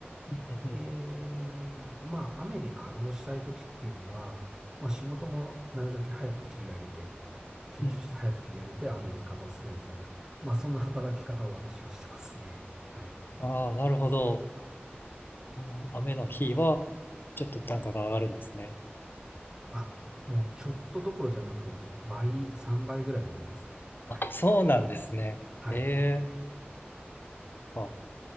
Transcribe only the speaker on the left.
うん、うん、
う
ん。うん。
ああ、なるほど。あー雨の日は、ちょっと単価が上がるんですね。
あ、そうなんですね。
ええか。